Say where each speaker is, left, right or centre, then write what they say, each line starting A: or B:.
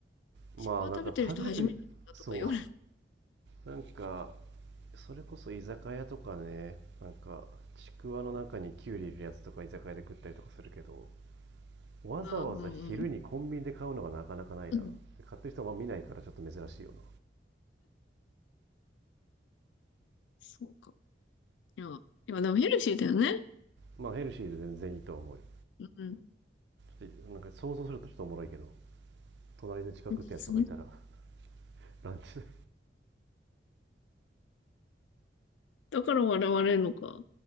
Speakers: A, on the right; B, on the left.
A: まあ、
B: ちくわ食べてる人初めて見たとか言われる。
A: なんか食べる、そう。<laughs> なんか、それこそ居酒屋とかね、なんか、ちくわの中にキュウリ入れるやつとか居酒屋で食ったりとかするけど、わざわざ昼にコンビニで買うのがなかなかないな。
B: ああ、うんうん。うん。
A: で買ってる人はまあ見ないからちょっと珍しいよな。
B: そうか。いや、いや、でもヘルシーだよね。
A: まあ、ヘルシーで全然いいとは思うよ。
B: うん。
A: ちょっと、なんか想像するとちょっとおもろいけど。隣で近くってやつとかいたら、
B: <laughs>
A: <laughs> ランチで
B: だから笑われるのか。